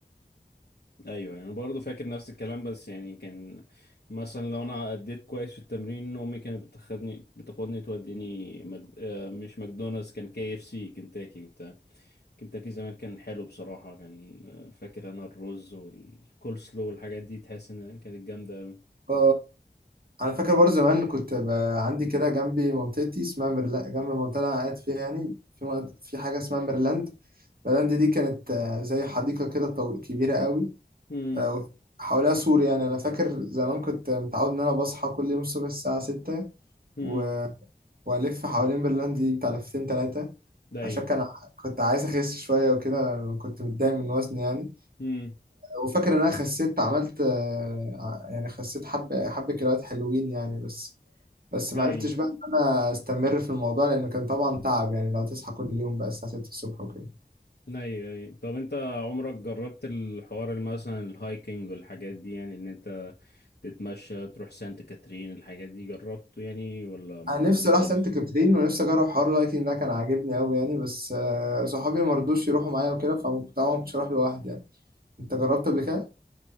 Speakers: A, on the left; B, on the right.
A: ايوه يعني برضه فاكر نفس الكلام بس يعني كان مثلا لو انا اديت كويس في التمرين امي كانت بتاخدني بتاخدني توديني مجد... آه، مش ماكدونالدز كان كي اف سي كنتاكي وبتاع كنتاكي زمان كان حلو بصراحة كان آه، فاكر أنا الرز والكول سلو والحاجات دي تحس إن كانت جامدة أوي
B: ف انا فاكر برضه زمان كنت بقى عندي كده جنبي منطقتي اسمها ميرلا جنب المنطقه اللي انا قاعد فيها يعني في منط- في حاجه اسمها ميرلاند ميرلاند دي كانت آه، زي حديقه كده طو- كبيره قوي
A: هم
B: آه، حواليها سور يعني انا فاكر زمان كنت متعود ان انا بصحى كل يوم الصبح الساعه 6
A: هم
B: و... والف حوالين ميرلاند دي بتاع لفتين تلاتة
A: ده إيه
B: عشان كان ع- كنت عايز اخس شويه وكده كنت متضايق من وزني يعني
A: هم
B: وفاكر ان انا خسيت عملت آه، ع- يعني خسيت حبة حبة كيلوات حلوين يعني بس بس ما
A: أي
B: عرفتش بقى ان انا استمر في الموضوع لان كان طبعا تعب يعني لو تصحى كل يوم بقى الساعة 6 الصبح وكده
A: أي أي طب أنت عمرك جربت الحوار اللي مثلا الهايكنج والحاجات دي يعني إن أنت تتمشى تروح سانت كاترين الحاجات دي جربته يعني ولا ما
B: انا
A: جربتوش
B: نفسي اروح
A: خالص؟
B: سانت كاترين ونفسي اجرب حوار اللايكنج ده كان عاجبني قوي يعني بس آه، صحابي ما رضوش يروحوا معايا وكده فطبعا ما كنتش اروح لوحدي يعني انت جربت قبل كده